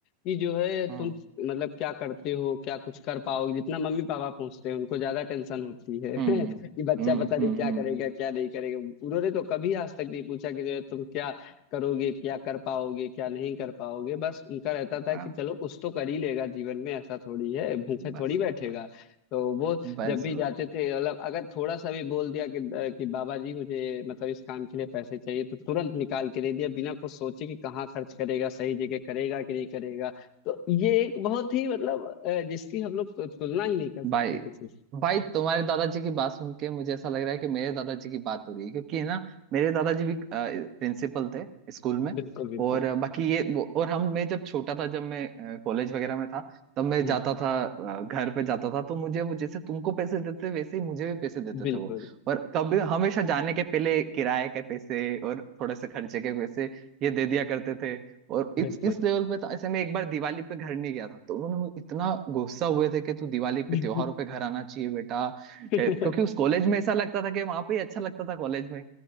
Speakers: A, on the left (about 40°); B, on the right (about 35°).
A: कि जो है
B: हम्म
A: तुम मतलब क्या करते हो क्या कुछ कर पाओगे जितना मम्मी पापा पूछते हैं उनको ज्यादा टेंशन होती है
B: हम्म
A: <laughs> कि बच्चा
B: हम्म
A: पता नहीं
B: हम्म
A: क्या
B: हम्म,
A: करेगा
B: हम्म,
A: क्या नहीं करेगा उन्होंने तो कभी आज तक नहीं पूछा कि जो है तुम क्या करोगे क्या कर पाओगे क्या नहीं कर पाओगे बस उनका रहता था
B: हाँ
A: कि चलो कुछ तो कर ही लेगा जीवन में ऐसा थोड़ी है भूखे
B: बस
A: थोड़ी बैठेगा
B: बस
A: तो वो
B: बस
A: जब भी
B: बस।
A: जाते थे मतलब अगर थोड़ा सा भी बोल दिया कि कि बाबा जी मुझे मतलब इस काम के लिए पैसे चाहिए तो तुरंत निकाल के दे दिया बिना कुछ सोचे कि कहाँ खर्च करेगा सही जगह करेगा कि नहीं करेगा तो ये एक बहुत ही मतलब अ, जिसकी हम लोग को तुलना ही नहीं कर सकते
B: भाई
A: किसी से
B: भाई तुम्हारे दादाजी की बात सुन के मुझे ऐसा लग रहा है कि मेरे दादाजी की बात हो रही है क्योंकि है ना मेरे दादाजी भी प्रिंसिपल थे स्कूल में
A: बिल्कुल बिल्कुल
B: और अ, बाकी ये वो- और हम मैं जब छोटा था जब मैं कॉलेज वगैरह में था तब मैं जाता
A: हाँ
B: था अ, घर पे जाता था तो मुझे वो जैसे तुमको पैसे देते वैसे ही मुझे भी पैसे देते
A: बिल्कुल
B: थे वो और कभी हमेशा जाने के पहले किराए के पैसे और थोड़े से खर्चे के पैसे ये दे दिया करते थे और इस
A: बिल्कुल
B: इस लेवल पे तो ऐसे मैं एक बार दिवाली पे घर नहीं गया था तो उन्होंने मुझे इतना गुस्सा हुए थे कि तू दिवाली
A: <laughs>
B: पे त्योहारों पे घर आना चाहिए बेटा
A: बिल्कुल
B: ए, क्योंकि उस कॉलेज में ऐसा लगता था कि वहां पे ही अच्छा लगता था कॉलेज में